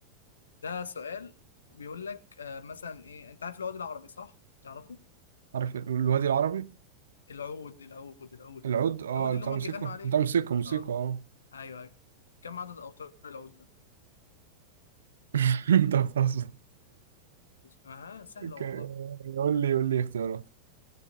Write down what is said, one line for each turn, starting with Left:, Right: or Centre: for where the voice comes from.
Left: ده سؤال بيقول لك آه مثلا إيه أنت عارف العود العربي صح؟ تعرفه؟
Right: عارف الوادي العربي
Left: العود العود العود
Right: العود اه
Left: العود
Right: بتاع
Left: اللي هم
Right: موسيقى
Left: بيغنوا عليه
Right: بتاع موسيقى موسيقى
Left: اه
Right: اه
Left: ايوه ايوه كم عدد اوتار العود
Right: <laughs> انت بتهزر
Left: اها سهله
Right: ك-
Left: والله
Right: قول لي قول لي اختيارات